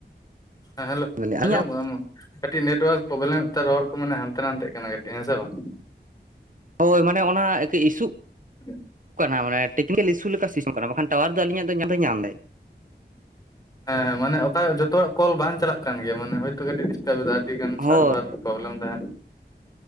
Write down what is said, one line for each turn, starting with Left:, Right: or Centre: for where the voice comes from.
Left: ᱦᱮᱸ ᱦᱮᱞᱳ
Right: ᱟᱹᱞᱤᱧᱟᱜ
Left: ᱟᱸᱡᱚᱢᱚᱜ ᱠᱟᱱᱟ ᱢᱟ ᱠᱟᱹᱴᱤᱡ ᱱᱮᱴᱣᱟᱨᱠ ᱯᱚᱵᱽᱞᱮᱢ ᱮᱛᱮᱜ ᱨᱚᱲ ᱠᱚ ᱢᱟᱱᱮ ᱦᱟᱱᱛᱮ ᱱᱟᱛᱮᱜ ᱠᱟᱱᱟ ᱠᱟᱹᱴᱤᱜ ᱦᱮᱸ ᱥᱮ ᱵᱟᱝ
Right: ᱦᱳᱭ ᱢᱟᱱᱮ ᱚᱱᱟ ᱠᱤᱡ ᱤᱥᱩᱜ
Left: <inaudible>
Right: ᱠᱟᱱᱟ ᱢᱟᱱᱮ ᱴᱮᱠᱱᱤᱠᱮᱞ ᱤᱥᱩ ᱞᱮᱠᱟ ᱥᱤᱥᱚᱜ ᱠᱟᱱᱟ ᱵᱟᱠᱷᱟᱱ ᱴᱟᱣᱟᱨ ᱫᱚ ᱟᱞᱤᱧᱟᱜ ᱫᱚ ᱧᱟᱢ ᱫᱟᱭ ᱧᱟᱢ ᱫᱟᱭ
Left: ᱦᱮᱸ ᱢᱟᱱᱮ ᱚᱠᱟ ᱡᱚᱛᱚᱣᱟᱜ ᱠᱚᱞ ᱵᱟᱝ ᱪᱟᱞᱟᱜ ᱠᱟᱱ ᱜᱮᱭᱟ ᱢᱟᱱᱮ ᱦᱳᱭᱛᱳ ᱠᱟᱹᱴᱤᱡ ᱰᱤᱥᱴᱟᱵᱽ ᱮᱫᱟ ᱟᱹᱰᱤᱜᱟᱱ ᱥᱟᱨᱵᱷᱟᱨ
Right: ᱦᱳᱭ
Left: ᱯᱨᱚᱵᱞᱮᱢ ᱛᱟᱦᱮᱸᱱ